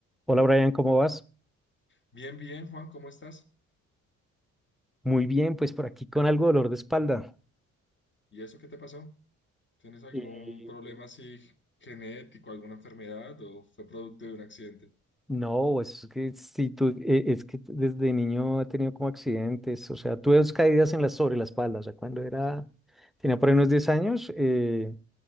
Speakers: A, in the centre; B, on the left.
A: Hola Brian, ¿cómo vas?
B: Bien, bien, Juan, ¿cómo estás?
A: Muy bien, pues por aquí con algo de dolor de espalda.
B: ¿Y eso qué te pasó? ¿Tienes algún
A: Eh,
B: problema así genético, alguna enfermedad o fue producto de un accidente?
A: No, pues es que si tú, eh, es que desde niño he tenido como accidentes, o sea, tuve dos caídas en la, sobre la espalda, o sea, cuando era, tenía por ahí unos 10 años, eh,